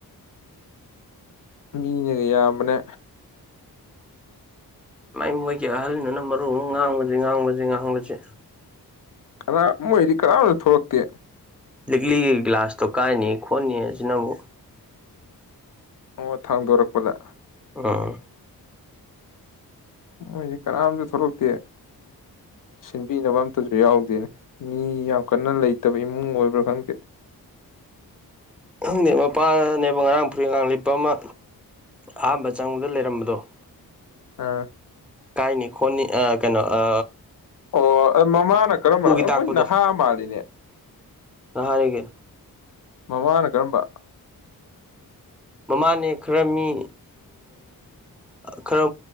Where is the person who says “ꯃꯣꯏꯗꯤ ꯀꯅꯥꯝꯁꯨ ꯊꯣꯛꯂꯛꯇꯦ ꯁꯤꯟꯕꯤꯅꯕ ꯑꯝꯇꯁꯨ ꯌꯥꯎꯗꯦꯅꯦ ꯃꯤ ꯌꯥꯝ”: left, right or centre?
Left